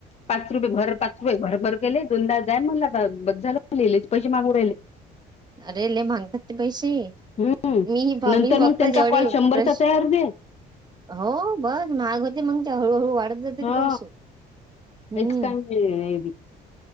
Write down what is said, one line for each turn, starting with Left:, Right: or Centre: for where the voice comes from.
Left: पाच रुपये भर, पाच रुपये भर केले दोनदा,, जाय म्हला. झाले, पैसे मागू राहिले.
Right: अरे लय मांगतात ते पैसे.
Left: हम्म
Right: मी,
Left: नंतर
Right: मी फक्त
Left: मग त्यांचा
Right: जेवढे
Left: कॉल शंभरचा
Right: प्रश,,
Left: तयार होते
Right: हो, बस, महाग होते, मग ते हळूहळू वाढत जाते
Left: हा
Right: ते पैसे, हम्म.
Left: हेच काय नाही